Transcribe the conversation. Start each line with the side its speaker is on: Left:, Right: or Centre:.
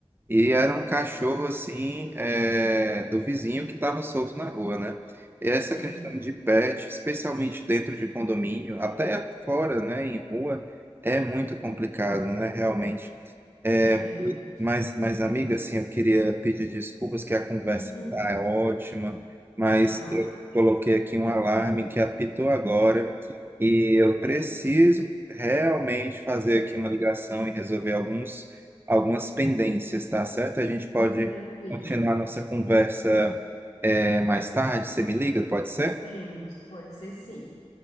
Right: E era um cachorro assim, é, do vizinho que estava solto na rua, né? E essa
Left: Sim.
Right: questão de pet, especialmente dentro de condomínio, até fora, né, em rua, é muito complicado, né, realmente. É,
Left: É. Uhum.
Right: mas, mas, amiga, assim, eu queria pedir desculpas que a conversa
Left: <laughs>
Right: tá ótima, mas
Left: Tá.
Right: eu coloquei aqui um alarme que apitou agora e eu preciso realmente fazer aqui uma ligação e resolver alguns algumas pendências, tá certo? A gente pode
Left: Tranquilo.
Right: continuar a nossa conversa é, mais tarde. Você me liga, pode ser?
Left: Podemos. Pode ser sim.